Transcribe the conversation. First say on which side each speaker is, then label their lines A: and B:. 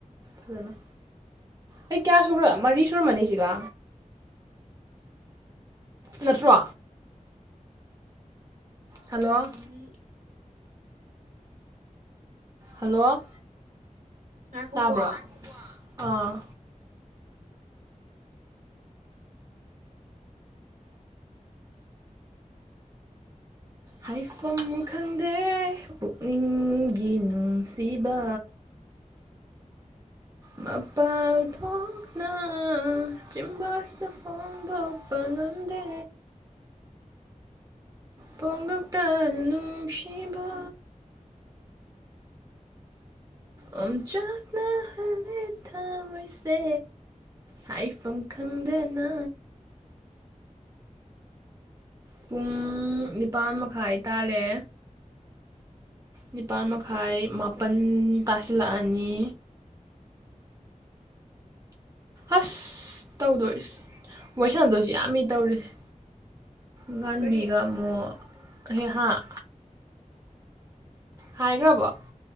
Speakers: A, on the right (about 25°); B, on the right (about 80°).
A: ꯐꯖꯅ ꯑꯩ ꯀꯌꯥ ꯁꯨꯈ꯭ꯔꯦ ꯃꯔꯤ ꯁꯨꯔꯝꯃꯅꯤꯁꯤꯒ ꯅꯠꯇ꯭ꯔꯣ ꯍꯜꯂꯣ
B: ꯎꯝ
A: ꯍꯜꯂꯣ
B: ꯉꯥꯏꯈꯣꯀꯣ
A: ꯇꯥꯕ꯭ꯔꯣ ꯑꯥ ꯍꯥꯏꯐꯝ ꯈꯪꯗꯦ ꯄꯨꯛꯅꯤꯡꯒꯤ ꯅꯨꯡꯁꯤꯕ ꯃꯄꯥꯜ ꯊꯣꯛꯅ ꯆꯤꯝꯕꯥꯥꯜꯁꯤꯅ ꯐꯣꯡꯗꯣꯛꯄ ꯄꯥꯉꯝꯗꯦ ꯄꯣꯡꯉꯛꯇꯅ ꯅꯨꯡꯁꯤꯕ ꯑꯣꯝ ꯆꯥꯛꯅꯍꯜꯂꯦ ꯊꯋꯥꯏꯁꯦ ꯍꯥꯏꯐꯝ ꯈꯪꯗꯅ ꯄꯨꯡ ꯅꯤꯄꯥꯥꯟ ꯃꯈꯥꯏ ꯇꯥꯔꯦ ꯅꯤꯄꯥꯜ ꯃꯈꯥꯏ ꯃꯥꯄꯜ ꯇꯥꯁꯤꯜꯂꯛꯑꯅꯤ ꯑꯁ ꯇꯧꯗꯣꯔꯤꯁ ꯃꯣꯏ ꯁꯥꯟꯅꯗꯣꯏꯁꯨ ꯌꯥꯝꯃꯤ ꯇꯧꯔꯤꯁꯦ ꯉꯥꯟꯕꯤꯒ
B: ꯀꯔꯤ
A: ꯑꯃꯨꯛ ꯍꯦꯛꯍꯥꯟ ꯍꯥꯏꯈ꯭ꯔꯕꯣ